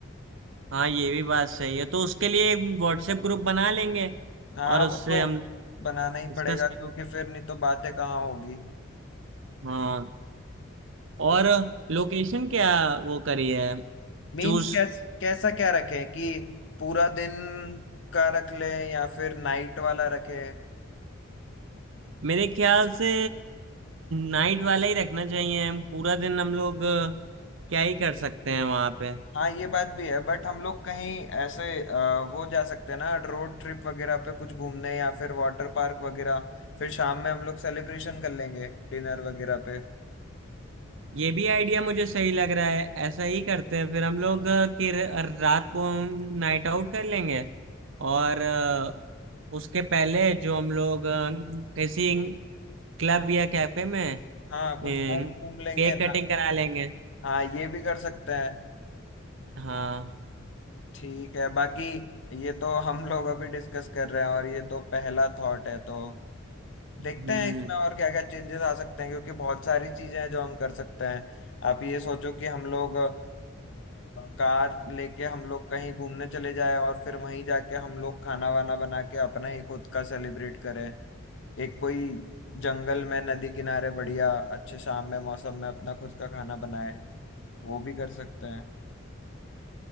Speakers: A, on the right (about 70°); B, on the left (about 65°).
A: हाँ ये भी बात सही है तो उसके लिए एक व्हाट्सएप ग्रुप बना लेंगे
B: हाँ
A: और उससे
B: वो तो
A: हम
B: बनाना
A: डिस्कस
B: ही पड़ेगा क्योंकि फिर नहीं तो बातें कहाँ होगी
A: हाँ और
B: तो
A: लोकेशन क्या वो करी है
B: मीन्स
A: चूज
B: कैस, कैसा क्या रखें कि पूरा दिन का रख लें या फिर नाइट वाला रखें
A: मेरे ख्याल से नाइट वाला ही रखना चाहिए हम पूरा दिन हम लोग अ, क्या ही कर सकते हैं वहां पे
B: हाँ ये बात भी है बट हम लोग कहीं ऐसे अ, वो जा सकते हैं ना रोड ट्रिप वगैरह पे कुछ घूमने या फिर वाटर पार्क वगैरह फिर शाम में हम लोग सेलिब्रेशन कर लेंगे डिनर वगैरह पे
A: ये भी आइडिया मुझे सही लग रहा है ऐसा ही करते हैं फिर हम लोग अ, कि र- रात को नाइट आउट कर लेंगे और अ, उसके पहले जो हम लोग अ, किसी क्लब या कैफे में
B: हाँ कुछ
A: केक
B: घूम घूम लेंगे ना
A: कटिंग करा लेंगे
B: हाँ ये भी कर सकते हैं
A: हाँ
B: ठीक है बाकी ये तो हम लोग अभी डिस्कस कर रहे हैं और ये तो पहला थॉट है तो
A: हम्म
B: देखते हैं इसमें और क्या क्या चेंजेस आ सकते हैं क्योंकि बहुत सारी चीजें हैं जो हम कर सकते हैं आप ये सोचो कि हम लोग अ, कार लेके हम लोग कहीं घूमने चले जाएं और फिर वहीं जाके हम लोग खाना वाना बना के अपना ही खुद का सेलिब्रेट करें एक कोई जंगल में नदी किनारे बढ़िया अच्छे शाम में मौसम में अपना खुद का खाना बनाएं वो भी कर सकते हैं